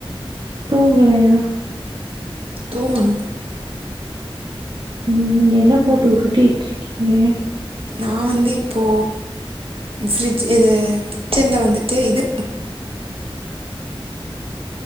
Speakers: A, on the right; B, on the right.
A: தூங்கலையா
B: தூங்கணு
A: ம் என்ன போட்டு உருட்டிட்ருக்கீங்க
B: நான் வந்து இப்போ ஃபிரிட்ஜ் இது கிச்சன்ல வந்துட்டு இது <inaudible>